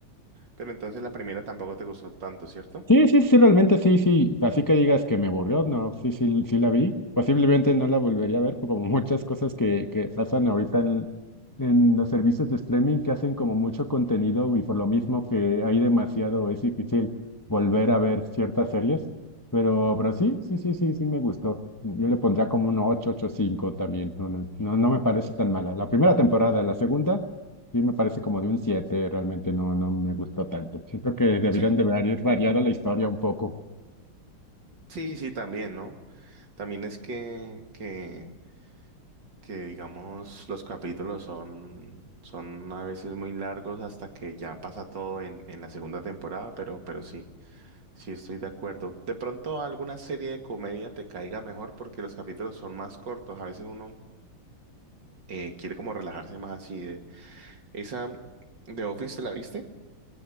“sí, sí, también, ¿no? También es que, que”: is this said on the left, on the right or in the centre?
Right